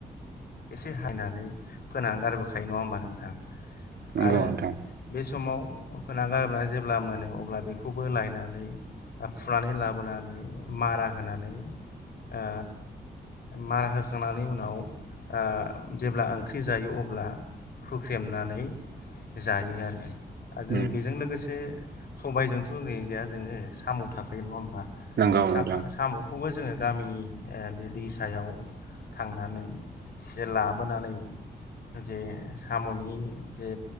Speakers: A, on the left; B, on the right.
A: एसे हायनानै फोनानै गारबोखायो नङा होमबा नोंथां।
B: नंगौ
A: आरो
B: नोंथां
A: बे समाव होना गारोबोननानै जेब्ला मोनो अब्ला बेखौबो लायनानै फुनानै लाबोनानै मारा होनानै ओ मारा होखांनानै उनाव ओ जेब्ला ओंख्रि जायो अब्ला हुख्रेमनानै जायो आरो दा जों
B: उम
A: बेजों लोगोसे सबायजोंथ' ओरैनो जाया जोङो साम' थाफायो नङा होनोमबा
B: नंगौ
A: सा-साम'खौबो
B: नोंथां
A: जोङो गामिनि ओ दैसायाव थांनानै जे लाबोनानै जे साम'नि जे